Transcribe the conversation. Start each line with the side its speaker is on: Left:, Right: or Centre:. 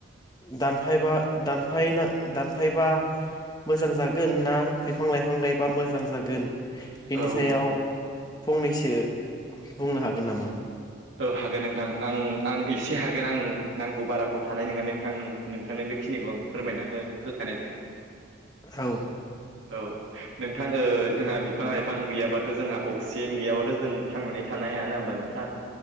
Left: दानफायबा दानफायना दानफायबा मोजां जागोन ना बिफां लाइफां गायबा मोजां जागोन? बेनि
Right: औ
Left: सायाव फंनैसो बुंनो हागोन नामा?
Right: औ हागोन नोंथां आं आं एसे हागोन आं नांगौ बाराखौ हानाय नङा नोंथां नोंथांनो बे खिनिखौ आं फोरमायना हो होखानाय जाखाबाय
Left: औ
Right: औ नों <unintelligible> -थां ओ जोंहा बिफां लाइफां गैयाबाथ' जोंहा अक्सिजेन गैयाबाथ' जों थांनानै थानो हायाना होमबा नोंथां?